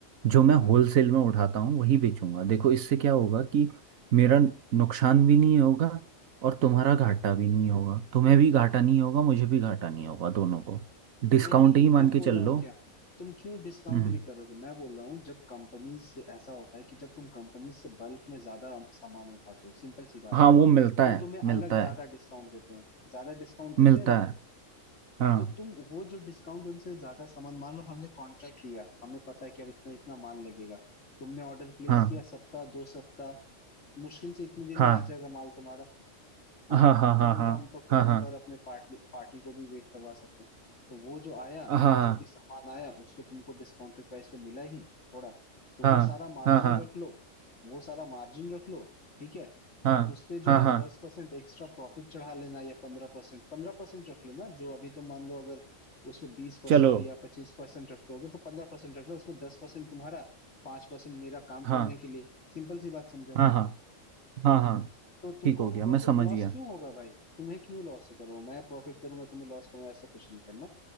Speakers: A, on the right; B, on the left.
A: जो मैं
B: हाँ
A: होलसेल में उठाता हूँ वही बेचूंगा देखो इससे क्या होगा कि मेरा नुकसान भी नहीं होगा और तुम्हारा घाटा भी नहीं होगा तुम्हें भी घाटा नहीं होगा मुझे भी घाटा नहीं होगा दोनों को डिस्काउंट
B: नहीं तो
A: ही
B: मैं
A: मान के
B: बोल
A: चल
B: रहा हूँ
A: लो
B: क्या तुम क्यों डिस्काउंट
A: हम्म
B: भी करोगे मैं बोल रहा हूँ जब कंपनी से ऐसा होता है कि जब तुम कंपनी से बल्क में ज्यादा सामान उठाते हो सिंपल सी बात
A: हाँ
B: है
A: वो मिलता
B: वो
A: है
B: तुम्हें अलग
A: मिलता
B: ज्यादा
A: है
B: डिस्काउंट देते हैं ज्यादा डिस्काउंट देते
A: मिलता
B: हैं ना
A: है हाँ
B: तो तुम वो जो डिस्काउंट उनसे ज्यादा सामान मान लो हमने कॉन्ट्रैक्ट लिया हमें पता है कि अब इतना इतना माल लगेगा तुमने ऑर्डर प्लेस
A: हाँ
B: किया सप्ताह दो सप्ताह मुश्किल से इतने दिन
A: हाँ
B: में आ जाएगा माल तुम्हारा है
A: हाँ
B: ना
A: हाँ
B: इतना
A: हाँ हाँ
B: दिन तो हम तो क्लाइंट
A: हाँ हाँ
B: और अपने पार्टी पार्टी को भी वेट करवा सकते हैं तो वो जो आया
A: हाँ हाँ हाँ
B: जो भी सामान आया उसको तुमको डिस्काउंटेड प्राइस पे मिला ही थोड़ा तो वो
A: हाँ
B: सारा मार्जिन
A: हाँ हाँ
B: रख लो वो सारा मार्जिन रख लो ठीक है
A: हाँ
B: और उस पे जो
A: हाँ
B: है
A: हाँ,
B: दस परसेंट एक्स्ट्रा प्रॉफिट चढ़ा लेना या पंद्रह परसेंट पंद्रह परसेंट रख लेना जो अभी तुम मान लो अगर उसमें बीस परसेंट
A: चलो
B: या पच्चीस परसेंट रखते होगे तो पंद्रह परसेंट रख लो उसमें दस परसेंट तुम्हारा पांच परसेंट मेरा काम
A: हाँ
B: करने के लिए सिंपल सी बात समझो
A: हाँ हाँ हाँ हाँ
B: तो तुमको
A: ठीक हो गया
B: प्रॉफिट
A: मैं समझ
B: लॉस
A: गया
B: क्यों
A: <laughs>
B: होगा भाई तुम्हें क्यों लॉस करूंगा मैं प्रॉफिट करूंगा तुम्हें लॉस करूंगा ऐसा कुछ नहीं करना